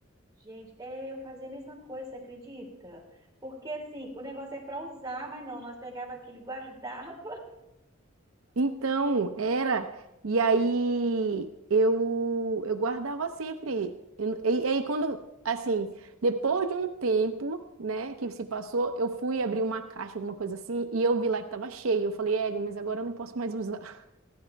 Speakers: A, on the right; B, on the right.
A: Gente, é, eu fazia a mesma coisa, você acredita? Porque assim, o negócio é pra usar, mas não, nós pegava aquilo e guardava.
B: Então, era. E aí eu, eu guardava sempre. Eu- E, e aí quando, assim, depois de um tempo, né, que se passou, eu fui abrir uma caixa, alguma coisa assim, e eu vi lá que tava cheio. Eu falei, ego, mas agora eu não posso mais usar. <laughs>